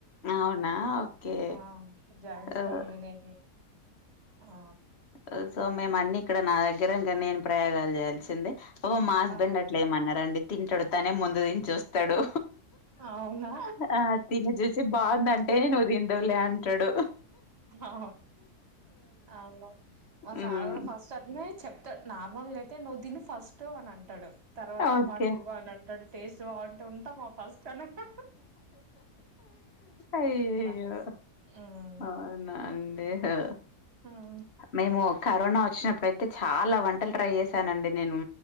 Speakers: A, on the left; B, on the right.
A: అవునా? ఓకే.
B: ఆ జాయింట్
A: ఆహ్,
B: ఫామిలీనె ఆ
A: ఒ సో మేము అన్ని ఇక్కడ నా దగ్గర నేను ప్రయోగాలు చేయాల్సిందే ఓహో మా హస్బెండ్
B: ఆ
A: అట్లే ఏమనరండి తింటాడు తనే ముందు తిని చూస్తాడు
B: అవునా
A: ఆ తిని చూసి బాగుందంటేనే నువ్వు తిందువులే అంటాడు
B: ఆ అవును మా
A: హ్మ్.
B: సార్ కూడా ఫస్ట్ అట్నే చెప్తాడు నార్మల్గా అయితే నువ్వు తిను ఫస్ట్ అని అంటడు తర్వాత
A: ఓకే.
B: మాకు ఇవ్వ అని అంటాడు టేస్ట్ బాగుంటే ఉంటమా ఫస్ట్ అని అట్లా
A: అయ్యో
B: అనేస్తాడు మ్మ్
A: ఆ అన్నా అండి హో
B: మ్మ్
A: మేము కరోనా వచ్చినప్పుడు అయితే చాలా వంటలు ట్రై చేసానండి నేను